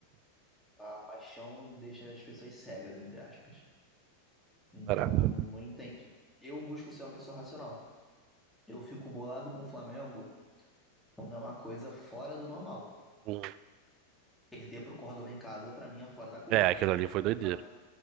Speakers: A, in the centre; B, on the right (about 40°).
A: A paixão deixa as pessoas cegas, entre aspas. Então,
B: barato.
A: não entende. Eu busco ser uma pessoa racional. Eu fico bolado com o Flamengo quando é uma coisa fora do normal.
B: Uhum.
A: Perder pro Córdoba em casa, pra mim, é fora da curva.
B: É, aquilo ali foi
A: O
B: doideira.